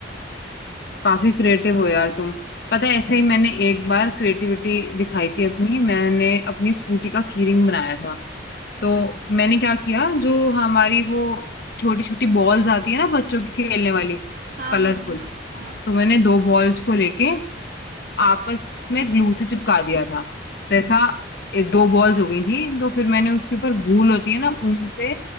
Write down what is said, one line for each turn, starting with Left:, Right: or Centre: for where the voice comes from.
Left: काफी क्रिएटिव हो यार तुम पता है ऐसे ही मैंने एक बार क्रिएटिविटी दिखाई थी अपनी मैंने अपनी स्कूटी का कीरिंग बनाया था तो
Right: हाँ
Left: मैंने क्या किया जो हमारी वो छोटी छोटी बॉल्स आती है ना बच्चों की खेलने वाली
Right: हाँ
Left: कलरफुल
Right: हाँ हाँ
Left: तो मैंने दो बॉल्स को लेके आपस में ग्लू से चिपका दिया था तो ऐसा एक दो बॉल्स हो गई थी तो फिर मैंने उसके ऊपर वूल होती है ना ऊन से